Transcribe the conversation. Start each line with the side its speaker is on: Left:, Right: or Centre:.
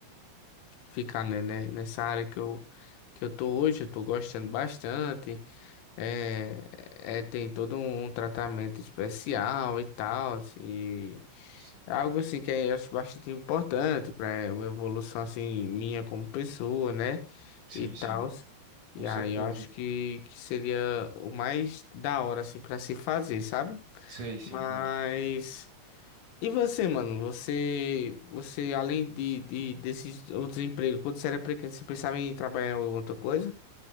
Left: ficar, né, né, nessa área que eu, que eu tô hoje, eu tô gostando bastante. É, é, tem todo um tratamento especial e tal, assim, e
Right: Si-
Left: é algo assim que eu acho bastante importante para uma evolução assim minha como pessoa, né?
Right: Sim,
Left: E tal.
Right: sim,
Left: E
Right: com certeza.
Left: aí eu acho que, que seria o mais da hora assim para se fazer, sabe?
Right: Sei, sim,
Left: Mas
Right: mano.
Left: e você, mano? Você, você além de, de desses outros empregos, quando você era pequeno, você pensava em trabalhar em outra coisa?